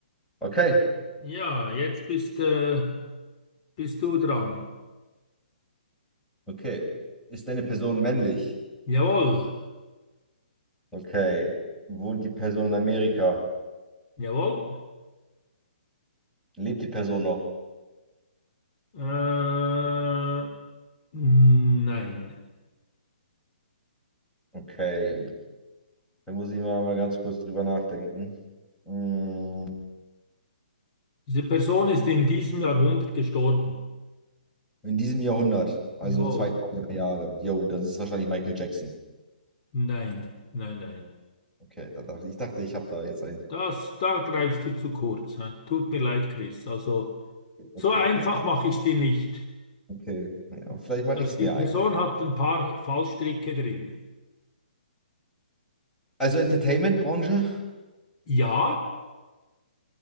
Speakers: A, in the centre; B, on the left.
A: Okay,
B: Ja, jetzt bist, äh, bist du dran.
A: okay. Ist deine Person männlich?
B: Jawohl.
A: Okay. Wohnt die Person in Amerika?
B: Jawohl.
A: Lebt die Person noch?
B: Äh, nein.
A: Okay. Da muss ich mal, mal ganz kurz drüber nachdenken. Mm,
B: Diese Person ist in diesem Jahrhundert gestorben.
A: In diesem Jahrhundert, also
B: Jawohl.
A: 2000 Jahre. Jo, das ist wahrscheinlich Michael Jackson.
B: Nein, nein, nein.
A: Okay, da dachte, ich dachte, ich habe da jetzt einen.
B: Das, da greifst du zu kurz. hä? Tut mir leid, Chris. Also, so
A: Okay,
B: einfach
A: ist
B: mache ich es dir nicht.
A: okay. Ja, vielleicht mache
B: Also,
A: ich es
B: die
A: mir
B: Ja.
A: ein.
B: Person hat ein paar Fallstricke drin.
A: Also Entertainment-Branche.
B: Ja,